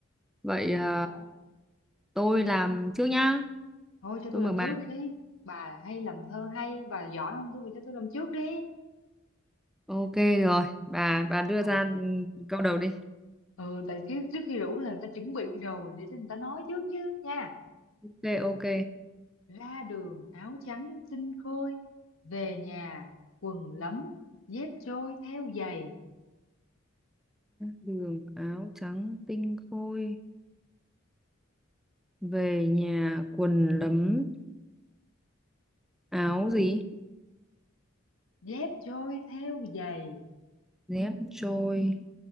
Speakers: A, in the centre; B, on the left.
A: Vậy à,
B: Vâng.
A: tôi làm trước nhá.
B: Thôi cho
A: Tôi
B: tôi
A: mở
B: làm
A: màn.
B: trước đi, bà hay làm thơ hay, bà giỏi hơn tôi, bà cho tôi làm trước đi.
A: Ok rồi, bà bà đưa
B: Rồi.
A: ra ừ, câu đầu đi.
B: Ừ, tại trước, trước khi rủ là người ta chuẩn bị rồi, để cho người ta nói trước chứ nha.
A: Ok ok.
B: Ra đường áo trắng xinh khôi, về nhà quần lấm, dép trôi theo giày.
A: Đường áo trắng tinh khôi, về nhà quần lấm, áo gì?
B: dép trôi theo giày
A: Dép trôi